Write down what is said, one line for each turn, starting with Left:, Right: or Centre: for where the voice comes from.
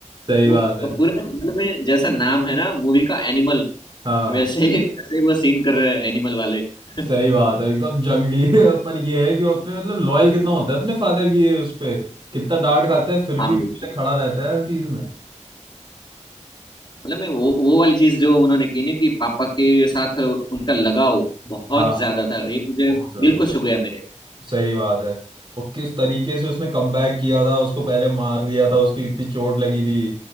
Right: सही
Left: वो
Right: बात है
Left: पूरे मतलब में जैसा नाम है ना मूवी का एनिमल
Right: हाँ
Left: वैसे ही <laughs> वैसे ही वो सीन कर रहे हैं एनिमल वाले <laughs>
Right: सही बात है एकदम जंगली <laughs> है, पर ये है कि वो अपने मतलब लॉयल कितना होता है अपने फादर की ये उस पे कितना डांट खाता है फिर
Left: हाँ
Right: भी
Left: बिल्कुल
Right: उनके लिए खड़ा रहता है हर चीज में
Left: मतलब मैं वो वो वाली चीज जो उन्होंने की ना कि पापा के साथ उनका लगाव बहुत
Right: हाँ
Left: ज्यादा था ये मुझे
Right: बहुत ज्यादा
Left: दिल को छू गया मेरे
Right: सही बात है और किस तरीके से उसने कमबैक किया था उसको पहले मार दिया था उसकी कितनी चोट लगी थी